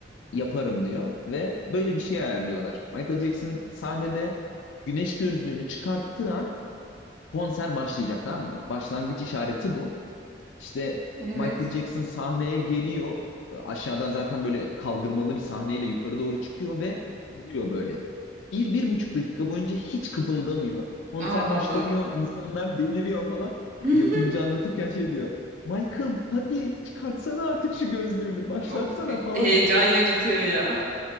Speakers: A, on the left; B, on the right.
A: yaparım diyor ve böyle bir şey ayarlıyorlar. Michael Jackson sahnede güneş gözlüğünü çıkarttığı an konser başlayacak tamam mı? Başlangıç işareti bu. İşte
B: Evet.
A: Michael Jackson sahneye geliyor. Aşağıdan zaten böyle kaldırmalı bir sahneyle yukarı doğru çıkıyor ve duruyor böyle. Bir, bir buçuk dakika boyunca hiç kıpıldamıyor. Konser
B: Allah
A: başlamıyor,
B: Allah.
A: insanlar deliriyor falan.
B: <laughs>
A: Yapımcı anlatırken şey diyor. Michael hadi çıkartsana artık şu gözlüğünü, başlatsana
B: Of
A: falan
B: heyecan
A: diye.
B: yaratıyor ya.